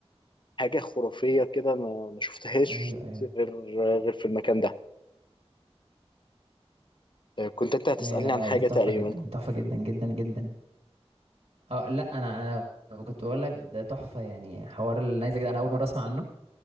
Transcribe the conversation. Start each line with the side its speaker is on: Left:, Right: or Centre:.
Left: حاجة خرافية كده ما ما شفتهاش
Right: ايوه ايوه
Left: غير غير في المكان ده آه، كنت أنت هتسألني
Right: ايوه لا
Left: عن
Right: لا
Left: حاجة
Right: ده تحفه
Left: تقريبا
Right: جدا تحفه جدا جدا جدا اه لا انا انا كنت بقول لك ده تحفه يعني حوار النيزك ده انا اول مره اسمع عنه